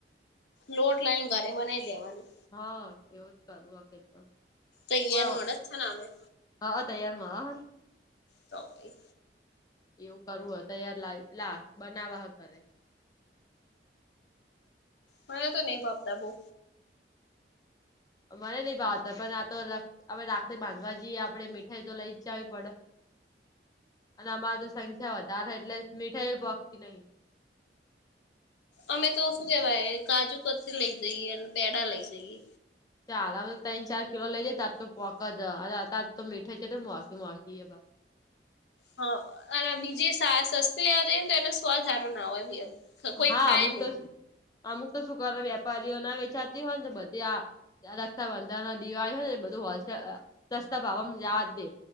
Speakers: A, on the left; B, on the left.
A: લોટ લાવીને ઘરે બનાઈ દેવાનું.
B: હા, એવું જ કરું, આપેલ તો.
A: તૈયાર
B: થોડા
A: મળે
B: વાર,
A: જ છે ને અમે
B: હા. તૈયારમાં હ.
A: તો ભાઈ.
B: એવું કરવું હોય, તૈયાર લાવી લો. બનાવા હા, કરે.
A: મને તો નહીં ભવતા બહુ.
B: મને નહી ભાવે તો, પણ આ તો રાખડીથી બાંધવા જઈએ આપડણે મીઠાઈ તો લઈ ચાવી પડે, અને અમારે તો સંખ્યા વધારે એટલે મીઠાઈ એ ભોખતી.
A: અમે તો, શું કેવાય, કાજુ કતરી લઈ જઈએ અને પેડા લઈ જઈએ.
B: ચ આલ તો તન ચાર કિલો લઈ જાય તાર તો પકા દ ત તો મીઠા છે તો મકી મકી જ
A: હા અને બીજી સસ્તી લેવા જઈ ને તો એનો સ્વધારો ના હોય. કોઈ
B: હા,
A: ખાય
B: અમુક
A: નહી
B: તો અમુક તો સુકારા વેપારીઓ ના વેચાતી હોય ને, બધી આ રક્ષાબંધન, દિવાળી ને બધું હોલ સસ્તા ભાવે જવા દે.